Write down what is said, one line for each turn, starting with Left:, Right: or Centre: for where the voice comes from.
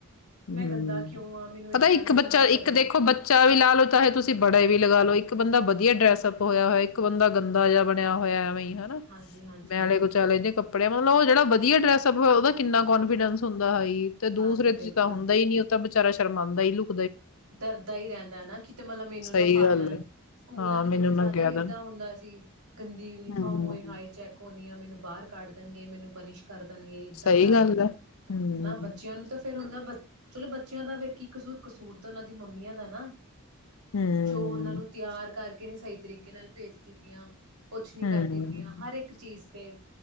Left: ਹਮ
Right: ਮੈਂ ਗੰਦਾ ਕਿਉਂ ਆ
Left: ਪਤਾ
Right: ਏਦਾਂ
Left: ਇੱਕ
Right: ਨਹੀਂ
Left: ਬੱਚਾ
Right: ਹੋਣਾ ਚਾਹੀਦਾ
Left: ਇੱਕ ਦੇਖੋ ਬੱਚਾ ਵੀ ਲਾ ਲਓ ਚਾਹੇ ਤੁਸੀਂ ਬੜੇ ਵੀ ਲਗਾ ਲਓ ਇੱਕ ਬੰਦਾ ਵਧੀਆ ਡਰੈਸਅਪ ਹੋਇਆ ਹੋਇਆ ਇੱਕ ਬੰਦਾ ਗੰਦਾ ਜਿਹਾ ਬਣਿਆ ਹੋਇਆ ਹਨਾ
Right: ਹਾਂਜੀ ਹਾਂਜੀ
Left: ਮੈਂਲੇ ਕੋ ਚਲੇਦੇ ਕੱਪੇ ਕਪੜਿਆ ਮਤਲਬ ਜਿਹੜਾ ਵਧੀਆ ਡੈਸਅਪਇ ਉਹਦਾੰਨਾ ਕਨਫੀਡੈਂਸੁੰਦਾ ਹੈ ਹੀ ਤੇ
Right: ਹਾਂ
Left: ਦੂਸਰੇ
Right: ਬਿਲਕੁਲ
Left: ਤਾਂ ਹੁੰਦਾ ਹੀ ਨੀ ਤਾਂ ਬ ਵਿਚਾਰਾ ਸ਼ਰਮਾਉਂਦਾ ਹੀ ਲੋਕੂ
Right: ਡਰਦਾ ਹੀ ਰਹਿੰਦਾ ਨਾ ਕਿਤੇ ਮਤਲਬ ਮੈਨੂੰ
Left: ਸਹੀ
Right: ਨਾ ਫੜ
Left: ਗੱਲ
Right: ਲੈਣ
Left: ਹੈ
Right: ਸਕੂਲਾਂ
Left: ਹਾਂ
Right: ਦੇ
Left: ਮੈਨੂੰ
Right: ਵਿੱਚ ਜ਼ਿਆਦਾ
Left: ਨਾ ਕਹਿ
Right: ਹੀ
Left: ਦੇਣ
Right: ਏਦਾਂ ਹੁੰਦਾ ਸੀ ਗੰਦੀ ਯੂਨੀਫਾਰਮ
Left: ਹਮ
Right: ਹੋਏ ਹਾਏ ਚੈੱਕ ਹੋਣੀ ਆ ਮੈਨੂੰ ਬਾਹਰ ਕੱਢ ਦੇਣਗੇ ਮੈਨੂੰ ਪਨੀਿਸ਼ ਕਰ ਦੇਣਗੇ ਇੱਦਾਂ
Left: ਸਹੀ
Right: ਕਰ
Left: ਗੱਲ
Right: ਦੇਣਗੇ
Left: ਹੈ ਹਮ
Right: ਹਨਾ ਬੱਚਿਆਂ ਨੂੰ ਤਾਂ ਫੇਰ ਹੁੰਦਾ ਬ ਚਲੋ ਬੱਚਿਆਂ ਦਾ ਫੇ ਕੀ ਕਸੂਰ ਕਸੂਰ ਉਹਨਾਂ ਦੀ ਮੰਮੀਆਂ ਦਾ ਨਾ
Left: ਹਮ
Right: ਜੋ ਉਹਨਾ ਨੂੰ ਤਿਆਰ ਕਰਕੇ ਨਹੀਂੀ ਸਹੀ ਤਰੀਕੇ ਨਾਲ ਭੇਜਤੀਤੀਆਂ ਕੁਛ ਨੀ
Left: ਹਮ
Right: ਕਰਦੀ ਪਈਆਂ ਹਰ ਇੱਕ ਚੀਜ਼ ਤੇ